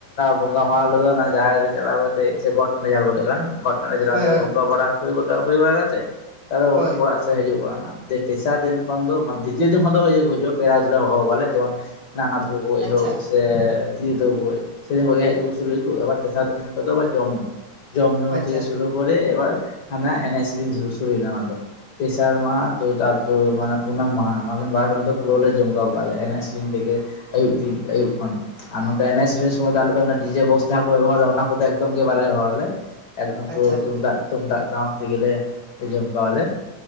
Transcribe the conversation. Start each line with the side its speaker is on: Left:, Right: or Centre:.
Left: ᱵᱚᱸᱜᱟ ᱢᱟᱦᱟ ᱞᱮᱫ ᱚᱱᱟ ᱡᱟᱦᱮ ᱨᱮ ᱪᱟᱞᱟᱣ ᱠᱟᱛᱮ ᱥᱮ ᱜᱚᱴ ᱡᱟᱦᱟ ᱠᱚ ᱞᱟᱹᱭᱮᱫ ᱠᱟᱱ ᱜᱚᱴ ᱪᱟᱞᱟᱣ
Right: ᱦᱳᱭ
Left: ᱠᱟᱛᱮ
Right: ᱦᱳᱭ
Left: ᱵᱚᱸᱜᱟ ᱵᱟᱲᱟ ᱦᱩᱭ ᱵᱟᱲᱟ ᱦᱩᱭ ᱵᱟᱲᱟ ᱛᱚᱞᱮ
Right: ᱦᱳᱭ
Left: ᱚᱲᱟᱜ ᱥᱮ ᱦᱤᱡᱩᱜ ᱠᱟᱱᱟ ᱛᱮᱥᱟᱨ ᱫᱤᱱ ᱠᱷᱚᱱ ᱫᱚ ᱫᱤᱛᱚ ᱫᱤᱱ ᱦᱤᱡᱩᱜᱼᱟ ᱯᱮᱲᱟ ᱫᱚᱞ ᱦᱚᱦᱚ ᱟᱠᱚᱜᱮᱭᱟᱞᱮ ᱡᱮᱢᱚᱱ <unintelligible>
Right: ᱟᱪᱪᱷᱟ
Left: ᱥᱮ ᱫᱤᱭᱤ ᱛᱟᱠᱚ ᱥᱮᱨᱮᱧ ᱠᱷᱚᱱ ᱦᱮᱡ ᱛᱚ ᱥᱩᱨᱩᱭᱟ, ᱟᱵᱟᱨ ᱛᱮᱥᱟᱨ ᱫᱤᱱ ᱠᱷᱚᱱ ᱫᱚ ᱟᱵᱟᱨ ᱡᱚᱢ ᱧᱩ᱾ ᱡᱚᱢ ᱧᱩ
Right: ᱟᱪᱪᱷᱟ
Left: ᱥᱩᱨᱩ ᱠᱚᱨᱮ ᱮᱵᱟᱨ ᱦᱟᱱᱟ ᱮᱱᱮᱡ ᱥᱮᱨᱮᱧ ᱥᱩᱨᱩᱭᱱᱟ ᱚᱱᱟ ᱫᱚ ᱛᱮᱥᱟᱨ ᱢᱟᱦᱟ <unintelligible> ᱢᱟᱱᱮ ᱯᱩᱱᱟᱝ ᱢᱟᱦᱟ ᱚᱱᱟᱠᱤᱱ ᱵᱟᱨ ᱫᱚ ᱯᱩᱨᱟᱹᱣᱞ ᱞᱮ ᱡᱚᱢᱠᱟᱣ ᱠᱟᱜᱼᱟ ᱞᱮ ᱮᱱᱮᱡ ᱥᱮᱨᱮᱧ ᱛᱮᱜᱮ ᱟᱹᱭᱩᱵ ᱫᱤᱠ ᱟᱹᱭᱩᱵ ᱠᱷᱚᱱ ᱟᱨ ᱱᱚᱱᱛᱮ ᱮᱱᱮᱡ ᱥᱮᱨᱮᱧ ᱥᱚᱢᱚᱭ ᱫᱟ ᱟᱞᱮ ᱫᱚ ᱚᱱᱟ ᱰᱤᱡᱮ ᱵᱳᱠᱥ ᱡᱟᱦᱟ ᱠᱟ ᱵᱮᱵᱚᱦᱟᱨᱼᱟ ᱮᱠᱫᱟᱢ ᱜᱮ ᱵᱟᱞᱮ ᱵᱮᱵᱚᱦᱟᱨ ᱟᱞᱮ ᱾ ᱮᱠᱫᱚᱢ ᱯᱩᱨᱟᱹ
Right: ᱟᱪᱪᱷᱟ
Left: ᱛᱩᱢᱫᱟᱜ ᱛᱩᱢᱫᱟᱜ ᱴᱟᱢᱟᱠ ᱛᱮᱜᱮᱞᱮ ᱡᱚᱢᱠᱟᱣ ᱟᱞᱮ